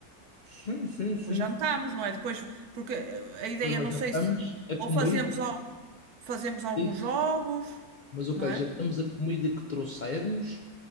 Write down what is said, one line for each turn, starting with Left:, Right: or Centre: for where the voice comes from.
Left: sim, sim, sim,
Right: Depois jantamos,
Left: sim.
Right: não é? Depois, porque eh, a ideia,
Left: Ah, Mas
Right: não
Left: já
Right: sei
Left: estamos
Right: se,
Left: a comida,
Right: ou fazemos, al, fazemos alguns
Left: é isso.
Right: jogos,
Left: Mas ok,
Right: não é?
Left: já estamos a comida que trouxermos.